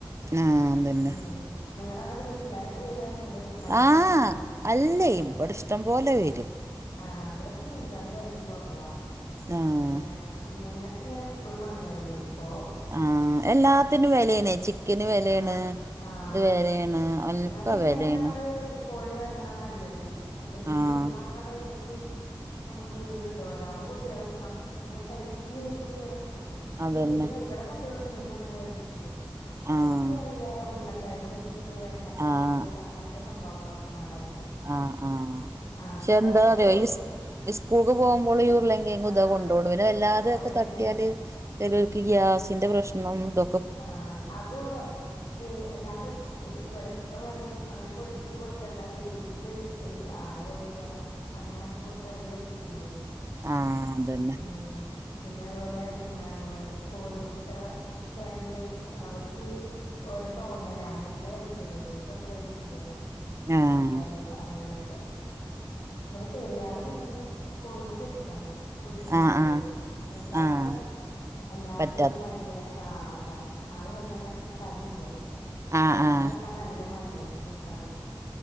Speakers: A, on the right; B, on the left.
A: ആഹ് അതന്നെ
B: ഉം നിങ്ങളവിടൊക്കെ മീൻകാരൊക്കെ വരിയാ നിങ്ങള് കടയിൽ
A: ആഹ്
B: പോയി വാങ്ങാണോ ചെയ്യ
A: അല്ലേ ഇവിടെ ഇഷ്ടം പോലെ വരും
B: ആഹ് ഇവിടിപ്പൊ മീൻകാര് വരലും കുറവാ
A: ആഹ്
B: ഇങ്ങനെ മുന്നക്ക് ഇങ്ങനെ എപ്പോഴും വന്നായിരുന്ന് ഇപ്പോ
A: ആഹ് എല്ലാത്തിനും വിലയാണ് ചിക്കന് വിലയാണ്
B: ആഹ് ആഹ്
A: ഇത് വിലയാണ് ഒക്കെ
B: എന്നാ പിന്നെ
A: വിലയാണ്
B: നമ്മള് കോഴി വാങ്ങണ നല്ലത് നമ്മള് ഈ
A: ആഹ്
B: മീൻ വാങ്ങണ പൈസക്ക് നമ്മുക്ക് ഇത് കിട്ടും അതാവുമ്പോ കുട്ടികള് ഇങ്ങനെ കഴിക്കയും ചെയ്യും കുട്ടികള്
A: അതന്നെ
B: മീനും ഇവിടെ കുട്ടികള് മീനും അങ്ങനെ കഴിക്കൂല്ല അവർക്ക്
A: ആഹ്
B: വല്ല ഉരുളക്കിഴങ്ങ് പൊ - പൊരിച്ചത് വെണ്ടക്ക പൊരിച്ചത്
A: ആഹ്
B: അങ്ങനത്തെ സംഭവങ്ങളൊക്കെയാണ് അവരുടെ
A: ആഹ് ആഹ് പക്ഷേ
B: ആഹ് അതൊക്കെ
A: എന്താന്ന്
B: പൊരി
A: അറിയോ <unintelligible> ഈ സ്കൂൾക്ക് പോകുമ്പോൾ ഉരുളകിഴങ്ങും
B: ആഹ്
A: ഇതാ കൊണ്ട്പോവുള്ളു പിന്നെ അല്ലാതെയൊക്കെ
B: അതന്നെ
A: തട്ടിയാല് ചിലവർക്ക് ഗ്യാസിന്റെ പ്രശ്നം ഇതൊ
B: ആഹ് അതു <unintelligible> ഇപ്പ ഇവിടൊക്കെ പറയും അങ്ങനെ പൊരിച്ചിട്ട് കൊടുക്കണ്ട വേവിച്ചിട്ട് <unintelligible> ആര കഴിക്കാ അങ്ങനെ ആക്കി കൊടുത്ത അവര് കഴിക്കേല്ലേ
A: ആഹ് അതന്നെ
B: ഉം പിന്നെ അതുപോലെ എന്താണ് കോഴിമുട്ട ആണെങ്കിലും അവർക്ക് ഒരോ തോന്നല അന്നെങ്കിലേ കഴിക്കുള്ളൂ ഇല്ലെങ്കിൽ ചിലപ്പോ കഴിക്കില്ല
A: ആഹ്
B: <unintelligible> അങ്ങനൊക്കെ ഇവിടെ ചെറിയാള് പിന്നെയും കോഴിമുട്ട ഇഷ്ടാണ് പുഴിങ്ങിയാലൊക്കെ
A: ആഹ് ആഹ്
B: കഴിക്കും മൂത്താൾക്കാണ്
A: ആഹ്
B: എല്ലാത്തിലും
A: പറ്റാ
B: ഭയങ്കര- ആഹ് അതാ ആളും അങ്ങനെ തടിയില്ല
A: ആഹ്
B: ഭക്ഷണം
A: ആഹ്
B: കഴിക്കാൻ നല്ല മടിയാ മൂത്താൾക്ക്